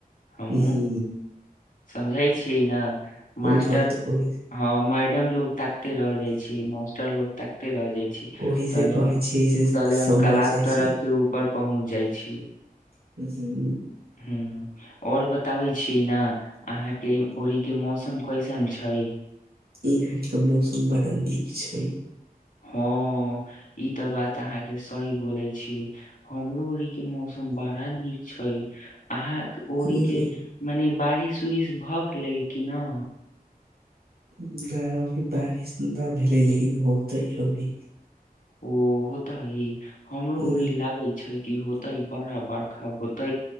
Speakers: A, on the left (about 65°); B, on the right (about 85°).
A: हमहूँ
B: हू
A: समझै छियै ने मास्टर
B: ते हम त ओही
A: हमर मैडम लोग ताकते रह जाय छै मास्टर लोग ताकते रह जाय छै त
B: ओही से कहे छिये से
A: तहले हम
B: समझ
A: कलाश
B: जाय
A: तरफ
B: छी।
A: के ऊपर पहुँच जाइ छी
B: <unintelligible>
A: हू ओर बताबै छीयै ने अहाँकेँ उड़ी के मौसम कैसन छै
B: इहाँ के तऽ मौसम बड़ा नीक छै
A: हँ ई तऽ बात अहाँके सही बोले छी हमरो अर के मौसम बड़ा नीक छै अहाँ ओड़ी
B: हम्म,
A: के मने बारिश उरिश भए गेले कि न
B: नहि अभी बारिश नहि भेलै लेकिन होतै अभी
A: ओ होत ह हमरो
B: हम्म,
A: ई लागे छै कि होतै बारा बार होत